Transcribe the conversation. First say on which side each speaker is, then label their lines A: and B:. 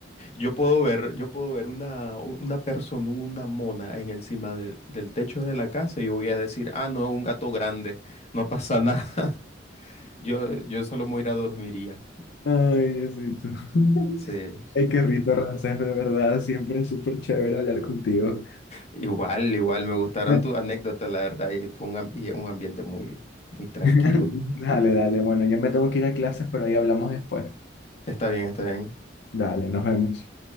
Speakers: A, on the left (about 35°); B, on the left (about 65°).
A: Yo puedo ver, yo puedo ver una, una persona, una mona en encima de- del techo de la casa y yo voy a decir, ah, no, un gato grande, no pasa nada. <laughs> Yo, yo solo me voy a ir a dormir y ya.
B: Ay, Diosito. <laughs>
A: Sí.
B: Ay, qué rito, Ramsés, de verdad, siempre es súper chévere hablar contigo.
A: Igual, igual, me gustaron
B: Me-
A: tus anécdotas, la verdad, y fue un, am- y un ambiente muy, muy tranquilo.
B: <laughs> Dale, dale, bueno, yo me tengo que ir a clases, pero ahí hablamos después.
A: Está bien, está bien.
B: Dale, nos vemos.